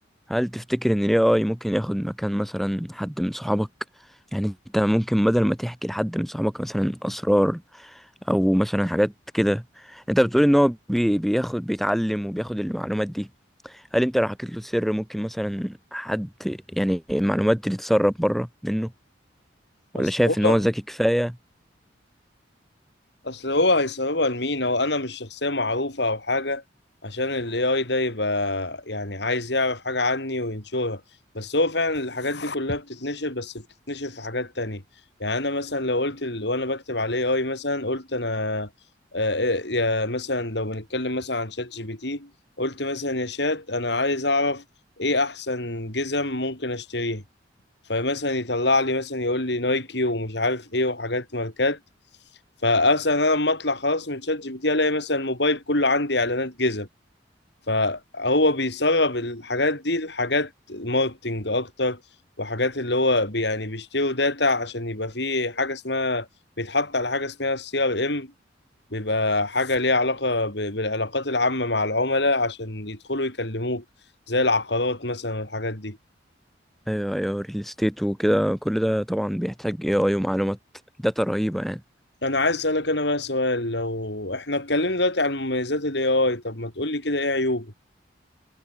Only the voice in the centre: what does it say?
هل تفتكر ان ال AI ممكن ياخد مكان مثلا حد من صحابك يعني انت ممكن بدل ما تحكي لحد من صحابك مثلا اسرار او مثلا حاجات كده انت بتقول ان هو بي بياخد بيتعلم وبياخد المعلومات دي هل انت لو حكيت له سر ممكن مثلا حد يعني المعلومات دي تتسرب بره منه
ولا شايف
ان هو ذكي كفاية
ايوه ايوه ريل استيت وكده كل ده طبعا بيحتاج AI ومعلومات داتا رهيبة يعني